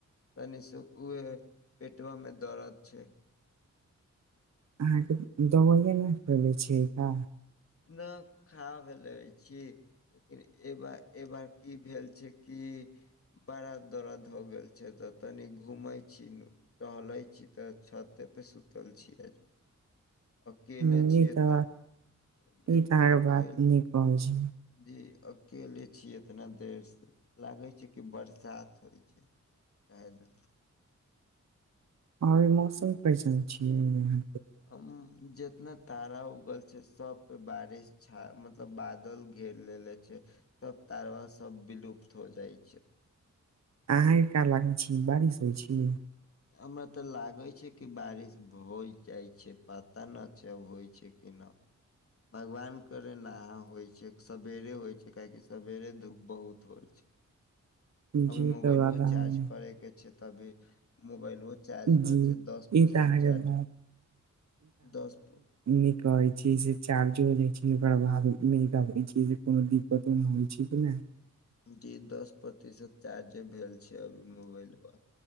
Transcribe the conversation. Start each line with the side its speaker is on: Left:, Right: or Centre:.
Left: तनि सु उहे पेटवा में दरद छै।
Right: अहाँके दबैया ने खले छियै ऐतऽ।
Left: नऽ खाब भेलै छी। लेकिन एबार ए बार की भेल छै कि बारा दर्द हो गेल छै तऽ तनी घुमै छी नु। टहलै छी तऽ छऽते पे सुतल छियै। अकेले
Right: हुं
Left: छियै
Right: ई त
Left: तऽ
Right: ई त अहाँके
Left: अकेल।
Right: बात नीक कहै छी,
Left: जी अकेले छीयै इतना देर से लागे छै कि बरसात होइ छै। रहै दही।
Right: आरे मौसम कैसन छियैह।
Left: हम जेतना। तारा उगल छै सब पे बारिश छा मतलब बादल घेर लेले छै। सब तारवा सब विलुप्त हो जाइ छै।
Right: अहाँ के का लागै छी बारिश होइ छी।
Left: हमरा तऽ लागै छै कि बारिश भऽ होइ जाइ छै पता नऽ छै होइ छै कि न। भगवान करे नहा होइ छै सवेरे होइ छै काहेकि सवेरे धूप बहुत होइ छै।
Right: जी
Left: अभी मोबाइलवा
Right: त बात अहाँ
Left: चार्ज करैके छय तऽ अभी मोबाइल उहो चार्ज न
Right: जी
Left: छै दस
Right: ई
Left: परसेंट
Right: त अहाँके
Left: चार्ज
Right: बात
Left: दस
Right: निक रहै छीयै से चारजो नै छै ओकरा लाल नै दहबै छीयै कोनो दिक पतन होइ छै कि नहि।
Left: जी दस प्रतिशत चार्ज भेल छैय अभी मोबाइलमे